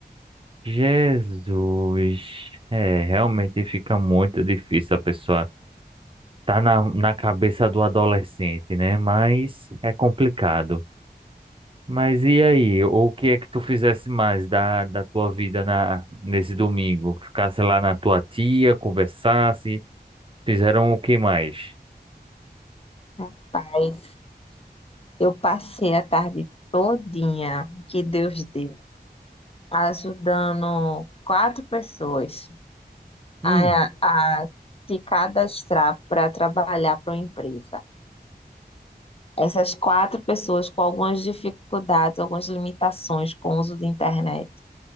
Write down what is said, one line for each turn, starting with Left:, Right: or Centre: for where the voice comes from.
Right: Jesus, é, realmente fica muito difícil a pessoa tá na, na cabeça do adolescente, né? Mas é complicado. Mas e aí, o que é que tu fizesse mais da, da tua vida na, nesse domingo? Ficasse lá na tua tia, conversasse, fizeram o que mais?
Left: Rapaz, eu passei a tarde todinha, que Deus deu, ajudando quatro pessoas.
Right: Hum,
Left: a, a se cadastrar para trabalhar para uma empresa. Essas quatro pessoas com algumas dificuldades, algumas limitações com o uso da internet.